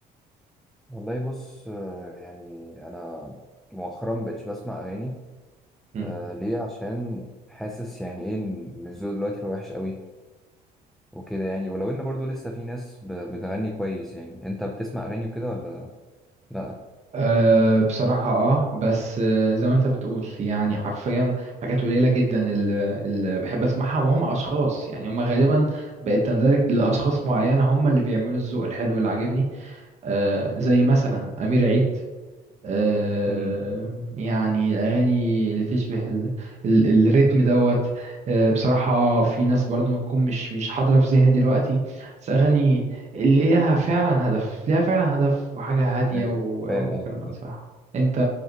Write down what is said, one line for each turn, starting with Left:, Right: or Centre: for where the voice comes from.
Centre: والله بص آه، يعني انا مؤخرا مبقتش بسمع اغاني
Right: مم.
Centre: آه ليه عشان حاسس يعني ايه ان الذوق دلوقتي هو وحش قوي وكده يعني ولو ان برضو لسه في ناس ب- بتغني كويس يعني انت بتسمع اغاني وكده ولا لا
Right: أه بصراحة اه بس آه، زي ما انت بتقول يعني حرفيا حاجات قليلة جدا اللي, اللي بحب اسمعها وهم اشخاص يعني هم غالبا بقت تندرج لأشخاص معينة هم اللي بيعملوا الذوق الحلو اللي عاجبني آه، زي مثلا أمير عيد آه،
Centre: امم
Right: يعني الأغاني اللي تشبه ال... ال... الريتم دوت آه، بصراحة في ناس برضو ممكن مش مش حاضرة في ذهني دلوقتي بس أغاني اللي ليها فعلا هدف ليها فعلا هدف وحاجة هادية
Centre: فاهم
Right: و...
Centre: فاهم
Right: وكلمات
Centre: قصدك آه.
Right: صح أنت